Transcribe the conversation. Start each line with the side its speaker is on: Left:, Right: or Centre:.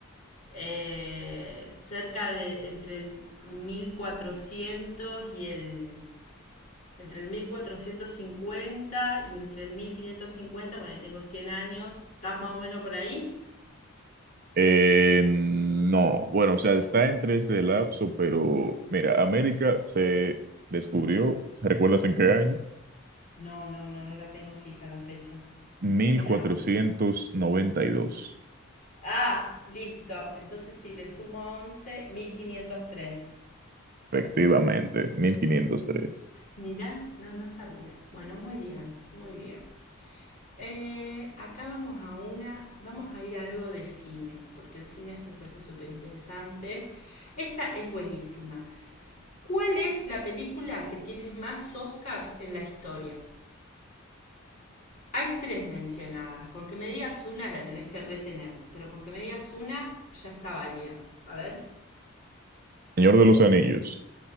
Left: eh, cerca de entre el 1400 y el entre el 1450 y entre el mil quinientos cincuenta bueno, ahí tengo 100 años, está más o menos por ahí.
Right: Eh, no, bueno, o sea, está entre ese lapso, pero mira, América se descubrió, ¿recuerdas en qué año?
Left: No, no, no, no la tengo fija la fecha. Decímela.
Right: Mil cuatrocientos noventa y dos,
Left: Ah, listo. Entonces si le sumo once mil quinientos tres
Right: efectivamente, 1503.
Left: Mirá, no, no sabía. Bueno, muy bien, muy bien. Eh, acá vamos a una, vamos a ir a algo de cine, porque el cine me parece súper interesante. Esta es buenísima. ¿Cuál es la película que tiene más Oscars en la historia? Hay tres mencionadas. Con que me digas una la tenés que retener, pero con que me digas una ya está válida. A ver.
Right: Señor de los Anillos,